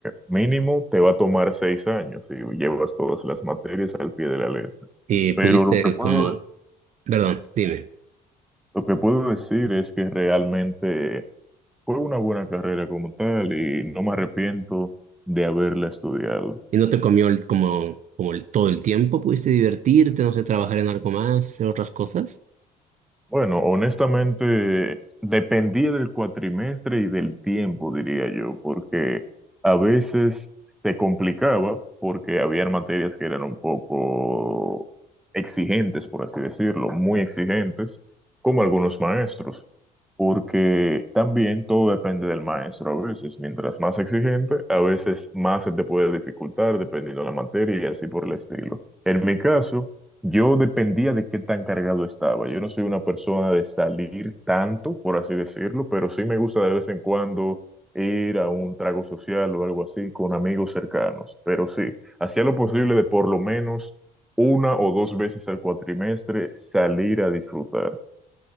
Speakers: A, in the centre; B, on the right (about 45°).
A: mínimo te va a tomar seis años y llevas todas las materias al pie de la letra.
B: Y pudiste
A: Pero lo que puedo,
B: como, perdón, dime,
A: lo que puedo decir es que realmente fue una buena carrera como tal y no me arrepiento de haberla estudiado.
B: ¿y no te comió el, como, como el, todo el tiempo? ¿Pudiste divertirte, no sé, trabajar en algo más, hacer otras cosas?
A: Bueno, honestamente, dependía del cuatrimestre y del tiempo, diría yo, porque a veces se complicaba porque había materias que eran un poco exigentes, por así decirlo, muy exigentes, como algunos maestros, porque también todo depende del maestro a veces. Mientras más exigente, a veces más se te puede dificultar dependiendo de la materia y así por el estilo. En mi caso... Yo dependía de qué tan cargado estaba. Yo no soy una persona de salir tanto, por así decirlo, pero sí me gusta de vez en cuando ir a un trago social o algo así con amigos cercanos. Pero sí, hacía lo posible de por lo menos una o dos veces al cuatrimestre salir a disfrutar.